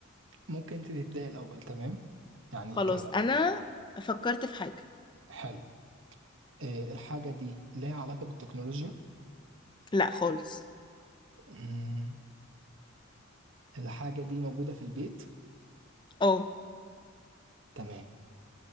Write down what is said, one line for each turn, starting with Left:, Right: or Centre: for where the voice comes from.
Right: ممكن انت تبداي الاول تمام يعني
Left: خلاص
Right: ك
Left: انا فكرت في حاجة
Right: حلو إيه الحاجة دي ليها علاقة بالتكنولوجيا
Left: لا خالص
Right: مم، الحاجة دي موجودة في البيت
Left: اه
Right: تمام